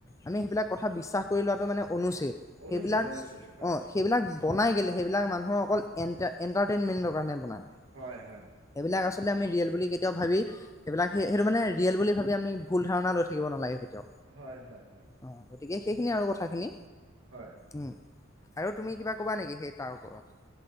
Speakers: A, on the left; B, on the right.
A: আমি সেইবিলাক কথা বিশ্বাস কৰি লোৱাটো মানে অনুচিত
B: অনুচিত
A: সেইবিলাক
B: অনুচিত হয়
A: বনাই সেইবিলাক মানুহৰ অকল এটাৰটেইনমেণ্টৰ কাৰণে বনায়
B: হয় হয়
A: সেইবিলাক আচলতে আমি ৰিয়েল বুলি কেতিয়াও ভাবি সেইবিলাক স সেইটো মানে ৰিয়েল বুলি ভাবি আমি ভুল ধাৰণা লৈ থাকিব নালাগে কেতিয়াও
B: হয় হয় হয়
A: অ গতিকে সেইখিনি আৰু কথাখিনি
B: হয়
A: উম আৰু তুমি কিবা কবা নেকি সেই তাৰ ওপৰত